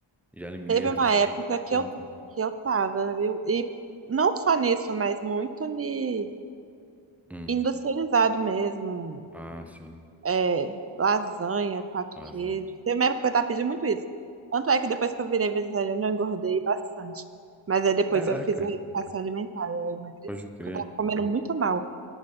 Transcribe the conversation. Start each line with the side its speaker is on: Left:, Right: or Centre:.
Centre: de alimento,
Right: Teve uma
Centre: assim,
Right: época que
Centre: tanto,
Right: eu,
Centre: né?
Right: que eu tava, viu? E não só nisso, mas muito de
Centre: Hum.
Right: industrializado mesmo.
Centre: Ah, sim.
Right: É, lasanha, quatro
Centre: Lasanha.
Right: queijos. Teve uma época que eu tava pedindo muito isso. Tanto é que depois que eu virei vegetariana, eu engordei bastante. Mas aí depois
Centre: Caraca,
Right: eu fiz uma educação alimentar, eu emagreci,
Centre: pode crer.
Right: porque eu tava comendo muito mal.